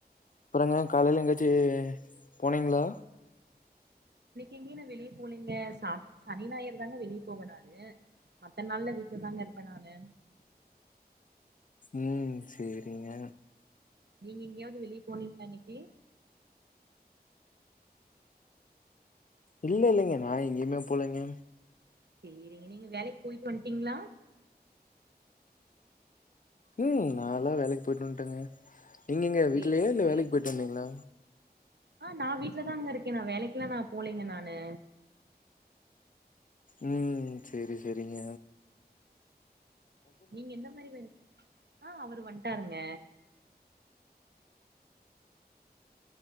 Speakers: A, on the left; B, on the right.
A: அப்புறங்க காலைல எங்காச்சி போனீங்களா
B: எங்யு நா வெளிய போலங்க சா சனி நாயர் தாங்க வெளியே போவே நானு மத்த நாள்ல வீட்ல தாங்க இருப்பேன் நானு
A: ம் செரிங்க
B: நீங்க இங்கயாவது வெளிய போனீங்களா இன்னெக்கி
A: இல்ல இல்லங்க நா எங்கேயுமே போலேங்க
B: செய்ரிங்க நீங்க வேலைக்கு போய்ட்டு வந்டு இங்ளா
A: உ நாலா வேலைக்கு போய்ட்டு வந்டேங்க நீங்கெங்க
B: சேரி
A: வீட்லயா இல்ல
B: சேரிங்க
A: வேலைக்கு போய்ட்டு வந்தீங்ளா
B: ஆ நா வீட்லதானுங்க இருக்கே நா வேலைக்குலா நா போலேங்க நானு
A: உ செரி செரிங்க
B: நீங்க எந்த மாரி வே ஆ அவருவண்ட் டாருங்க